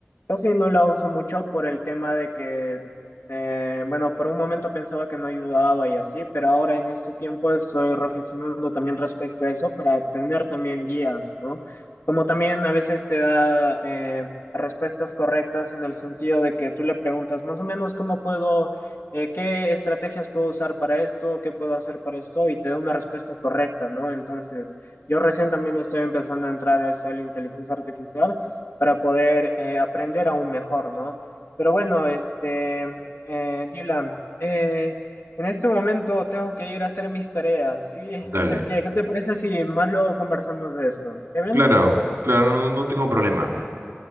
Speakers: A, on the left; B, on the right.
A: Casi no la uso mucho por el tema de que, eh, bueno, por un momento pensaba que no ayudaba y así, pero ahora en este tiempo estoy reflexionando también respecto a eso para tener también guías, ¿no? Como también a veces te da eh, respuestas correctas en el sentido de que tú le preguntas más o menos cómo puedo, eh, qué estrategias puedo usar para esto, qué puedo hacer para esto, y te da una respuesta correcta, ¿no? Entonces, yo recién también estoy empezando a entrar a eso de la inteligencia artificial para poder eh, aprender aún mejor, ¿no? Pero bueno, este, eh, Dylan, eh, en este momento tengo que ir a hacer mis tareas, ¿sí?
B: Dale.
A: Así es que, ¿qué te parece si más luego conversamos de esto? ¿Está bien?
B: Claro, claro, no, no tengo problema.